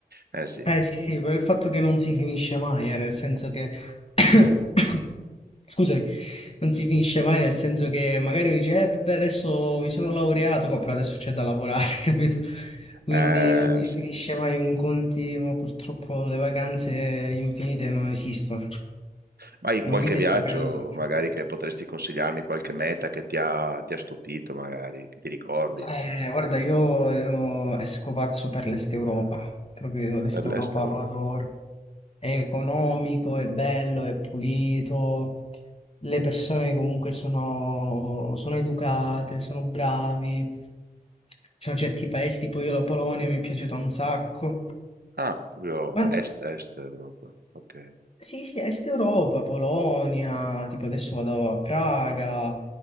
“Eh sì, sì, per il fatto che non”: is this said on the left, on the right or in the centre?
Left